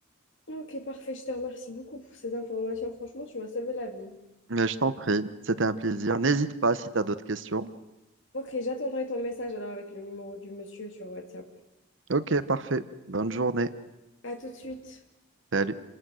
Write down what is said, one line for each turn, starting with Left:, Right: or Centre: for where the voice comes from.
Left: Ok, parfait. Je te remercie beaucoup pour ces informations. Franchement, tu m'as sauvé la vie.
Right: Mais je t'en prie, c'était un plaisir. N'hésite pas si tu as d'autres questions.
Left: Ok, j'attendrai ton message alors avec le numéro du monsieur sur WhatsApp.
Right: Ok, parfait. Bonne journée.
Left: À tout de suite.
Right: Salut.